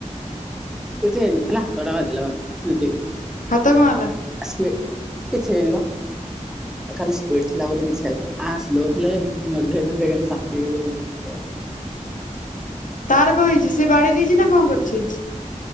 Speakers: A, in the centre; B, on the left (about 85°).
A: କିଛି ହେଇନି ଖାଲି ହାତ ଟା ବାଜି ଲା ବା ସେତିକି।
B: ହାତ କଣ ହେଲା?
A: ସିଏ କିଛ ହେଇନି ବା। ଏ ଖାଲି ସ୍ପିଡ ଥିଲା ବୋଲି କିଛି ହେଲାନି ଆ ସ୍ଲୋ ଥିଲେ ମରି ଯାଇଥାନ୍ତି ଏକାଥରେ ଚାପି ହେଇ ଯାଇଥାନ୍ତି ମୋ ଉପରେ ଟ
B: ତାର କଁ ହେଇଛି ସିଏ ବାଡେଇ ଦେଇଛି ନା କଁ କରିଛି।